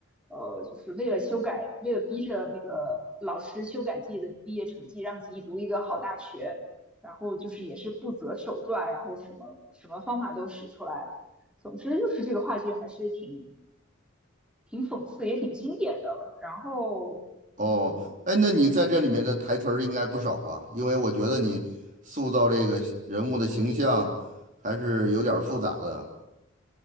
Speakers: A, in the centre; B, on the right.
A: 呃，就是为了修改，为了逼着那个老师修改自己的毕业成绩，让自己读一个好大学，然后就是也是不择手段，然后什么什么方法都使出来。总之就是这个话剧还是挺挺讽刺，也挺经典的。然后嗯。
B: 哦，哎，那你在这里面的台词儿应该不少吧？因为我觉得你塑造这个人物的形象还是有点儿复杂的。